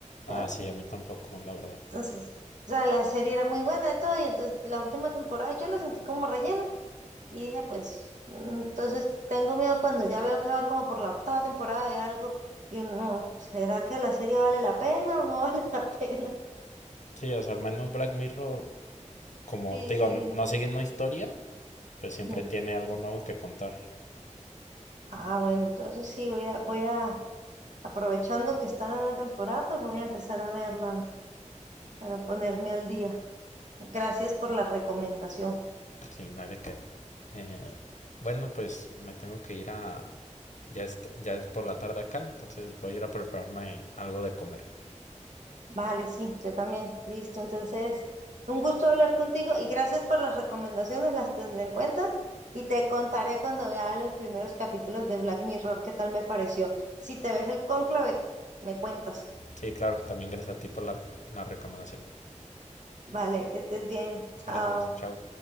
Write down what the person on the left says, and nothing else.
Ah,
sí, a mí tampoco, la verdad.
Sí, o sea, al menos Black Mirror, como
te
digo, no sigue una historia, pues siempre
tiene algo nuevo que contar.
Sí, no hay de qué. Eh, bueno, pues me tengo que ir a... Ya es, ya es por la tarde acá, entonces voy a ir a prepararme algo de comer.
Sí, claro, también gracias a ti por la, la recomendación.
Gracias, chao.